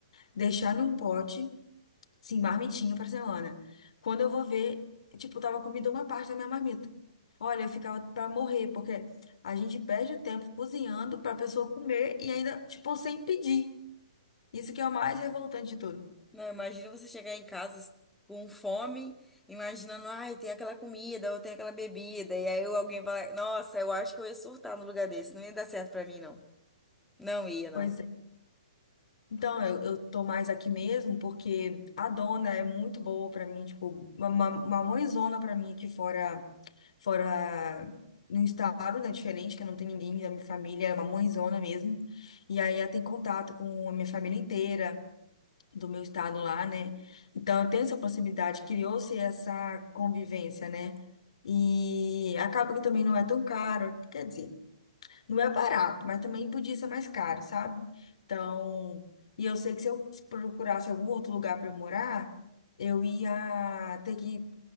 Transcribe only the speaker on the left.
deixar num pote, sim, marmitinha pra semana. Quando eu vou ver, tipo, tava comida uma parte da minha marmita. Olha, eu ficava pra morrer, porque a gente perde o tempo cozinhando pra pessoa comer e ainda, tipo, sem pedir. Isso que é o mais revoltante de tudo.
Pois é. Então, eu, eu tô mais aqui mesmo porque a dona é muito boa pra mim, tipo, uma, uma uma mãezona pra mim aqui fora, fora no estado, né, diferente, que não tem ninguém da minha família, é uma mãezona mesmo. E aí ela tem contato com a minha família inteira do meu estado lá, né? Então, eu tenho essa proximidade, criou-se essa convivência, né? E acaba que também não é tão caro, quer dizer, Não é barato, mas também podia ser mais caro, sabe? Então, e eu sei que se eu procurasse algum outro lugar para eu morar, eu ia ter que